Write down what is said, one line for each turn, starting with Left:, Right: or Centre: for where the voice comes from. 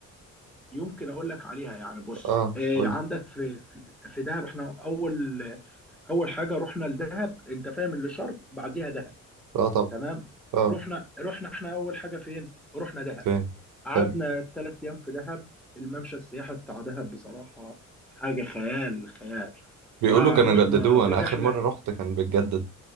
Centre: يمكن اقول لك عليها يعني بص
Right: اه
Centre: آه،
Right: قولي
Centre: عندك في في في دهب احنا اول اول حاجة رحنا لدهب انت فاهم اللي شرم بعديها دهب
Right: اه طب
Centre: تمام
Right: اه
Centre: رحنا رحنا احنا اول حاجه فين رحنا دهب
Right: فين
Centre: قعدنا
Right: حلو
Centre: ثلاث ايام في دهب الممشى السياحي بتاع دهب بصراحه حاجه خيال خيال
Right: بيقولوا
Centre: ورحنا
Right: كانوا جددوه
Centre: في
Right: انا
Centre: رحله
Right: اخر مرة رحت كان بيتجدد